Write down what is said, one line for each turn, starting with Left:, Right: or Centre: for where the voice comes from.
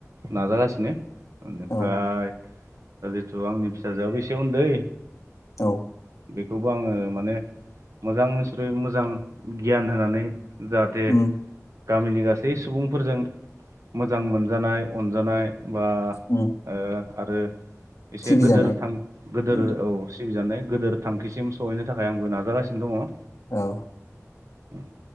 Right: नाजागासिनो। ओनोफ्राय
Left: औ
Right: ओ जेथ' औ आंनि फिसाजोयाबो एसे उन्दै
Left: औ।
Right: थेवबो आङो माने मोजां नोंसोरो मोजां गियान होनानै जाहाथे
Left: उम
Right: गामिनि गासै सुबुं फोरजों मोजां मोनजानाय अनजानाय बा
Left: उम
Right: ओ आरो एसे
Left: सिबिजानाय
Right: गोदोर थां गोदोर
Left: उम
Right: औ सिबिजानाय गोदोर थांखिसिम सहैनो थाखाय आंबो नाजागासिनो दङ।
Left: औ।
Right: उम।